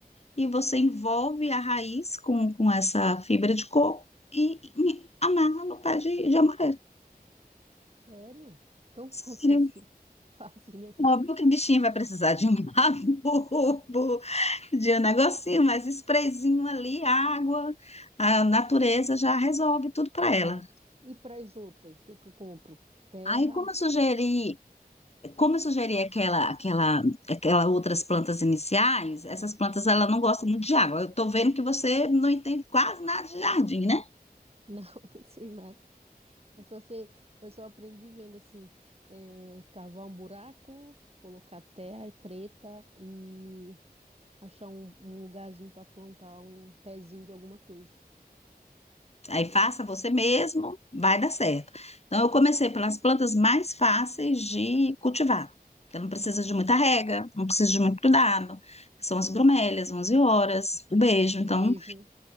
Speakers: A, on the left (about 40°); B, on the right (about 40°).
A: e você envolve a raiz com, com essa fibra de coco e, e amarra no pé de, de amarelo.
B: Sério? Tão
A: Sério.
B: <laughs> fácil assim. Facinho assim.
A: Óbvio que a bichinha vai precisar de um <laughs> adubo, de um negocinho, mas sprayzinho ali, água, a natureza já resolve tudo para
B: Tá.
A: ela.
B: E para as outras, o que que eu compro? Terra?
A: Aí, como eu sugeri, como eu sugeri aquela, aquela, aquela outras plantas iniciais, essas plantas ela não gostam muito de água. Eu estou vendo que você não entende quase nada de jardim, né?
B: Não, <laughs> não sei nada. Eu só sei, eu só aprendi vendo assim, é, cavar um buraco, colocar terra preta e achar um, um lugarzinho para plantar um pezinho de alguma coisa.
A: Aí faça você mesmo, vai dar certo. Então, eu comecei pelas plantas mais fáceis de cultivar, que não precisa de muita rega, não precisa de muito cuidado, que são as bromélias, 11 horas, o beijo.
B: Beijo,
A: Então,